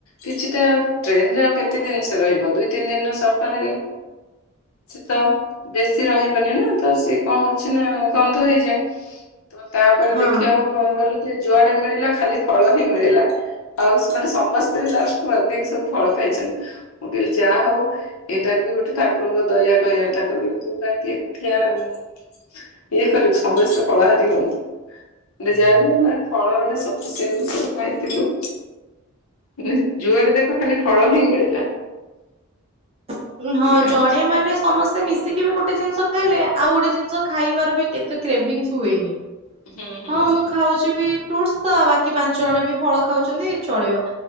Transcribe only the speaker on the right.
ହଁ।
ଉଁ, ହଁ
ଜଣେ
ମାନେ ସମସ୍ତେ ମିଶ ଶିକି ବି ଗୋଟେ ଜିନିଷ ଖାଇଲେ ଆଉ ଗୋଟେ ଜିନିଷ ଖାଇବାର ବି କେତେ କ୍ରେଭିଂସ୍ ହୁଏନି।
ହଁ ମୁଁ ଖାଉଛି ବି ଫ୍ରୁଟସ୍ ତ ବାକି ପାଞ୍ଚ ଜଣ ବି ଫଳ ଖାଉଛନ୍ତି ଚଳିବ,